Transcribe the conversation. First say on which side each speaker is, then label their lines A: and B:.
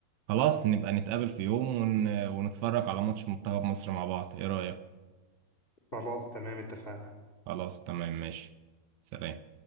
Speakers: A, on the right; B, on the left.
A: خلاص نبقى نتقابل في يوم ون... ونتفرج على ماتش منتخب مصر مع بعض ايه رايك
B: خلاص تمام اتفقنا
A: خلاص تمام ماشي سلام